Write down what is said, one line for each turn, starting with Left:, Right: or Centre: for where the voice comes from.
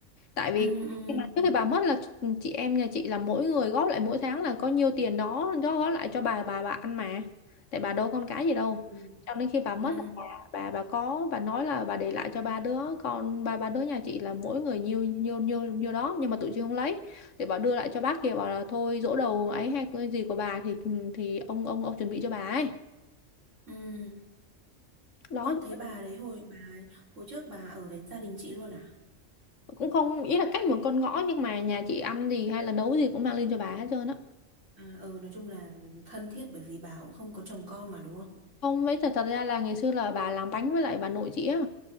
Left: tại vì
Right: ừ ừ
Left: trước khi bà mất là chị em nhà chị là mỗi người góp lại mỗi tháng là có nhiêu tiền đó đó góp lại cho bà bà bà ăn mà tại bà đâu con cái gì đâu
Right: ừ
Left: cho nên khi bà mất
Right: ừ
Left: là bà bà bà có bà nói là bà để lại cho ba đứa con ba ba đứa nhà chị là mỗi người nhiêu nhiêu nhiêu nhiêu đó nhưng mà tụi chị không lấy thì bảo đưa lại cho bác kia bảo là thôi giỗ đầu ấy hay cái gì của bà thì thì ông ông ông chuẩn bị cho bà ấy
Right: ừ
Left: đó
Right: Ơ, thế bà đấy hồi bà ấy- hồi trước bà ở với gia đình chị luôn à
Left: cũng không ý là cách một con ngõ nhưng mà nhà chị ăn gì hay là nấu gì cũng mang lên cho bà hết trơn á
Right: à ờ nói chung là thân thiết bởi vì bà cũng không có chồng con mà đúng không
Left: không với thật thật ra là ngày xưa là bà làm bánh với lại bà nội chị á